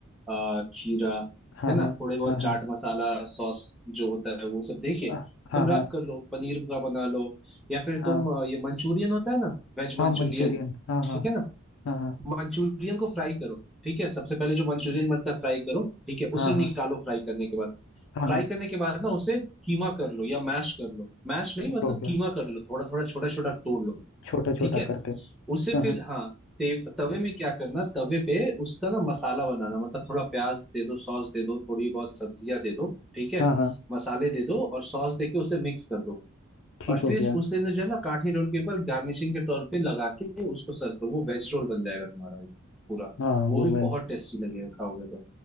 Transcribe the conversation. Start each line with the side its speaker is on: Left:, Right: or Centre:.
Centre: आ, खीरा
Left: हाँ
Centre: है ना
Left: हाँ
Centre: थोड़े बहुत चाट
Left: हाँ
Centre: मसाला सॉस जो होता है वो सब दे के
Left: हाँ
Centre: तुम
Left: हाँ हाँ
Centre: रैप कर लो पनीर का बना लो या फिर
Left: हाँ
Centre: तुम आ, ये मंचूरियन होता है ना वेज
Left: हाँ
Centre: मंचूरियन
Left: मंचूरियन हाँ हाँ
Centre: ठीक है ना
Left: हाँ
Centre: मंचूरियन को फ्राई करो ठीक है सबसे पहले जो मंचूरियन बनता है फ्राई करो ठीक है
Left: हाँ
Centre: उसे निकालो
Left: हाँ हाँ
Centre: फ्राई करने के बाद
Left: हाँ
Centre: फ्राई
Left: हाँ
Centre: करने के बाद ना उसे कीमा कर लो या मैश कर लो मैश नहीं
Left: ठीक
Centre: मतलब
Left: हो गया
Centre: कीमा कर लो थोड़ा थोड़ा छोटा छोटा तोड़ लो
Left: छोटा छोटा
Centre: ठीक है
Left: करके
Centre: उसे
Left: हाँ
Centre: फिर
Left: हाँ
Centre: हाँ ते- तवे में क्या करना तवे पे उसका ना मसाला बनाना मतलब थोड़ा प्याज दे दो सॉस दे दो थोड़ी बहुत सब्जियां दे दो ठीक है
Left: हाँ हाँ
Centre: मसाले दे दो और सॉस दे के उसे मिक्स कर दो
Left: ठीक
Centre: और
Left: हो
Centre: फिर
Left: गया
Centre: उसे ना जो है ना काठी रोल के ऊपर गार्निशिंग के तौर पे लगा के उसको सर्व करो वो वेज रोल बन जाएगा तुम्हारा एक पूरा
Left: हाँ
Centre: वो
Left: वो
Centre: भी
Left: वेज
Centre: बहुत टेस्टी लगेगा खाओगे तो